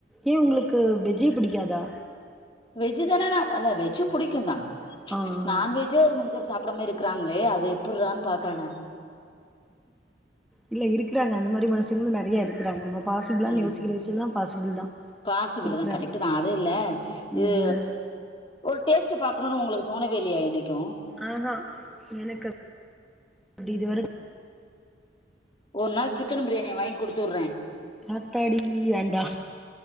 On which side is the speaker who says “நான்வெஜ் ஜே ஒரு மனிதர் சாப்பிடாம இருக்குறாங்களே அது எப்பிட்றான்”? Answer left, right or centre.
Left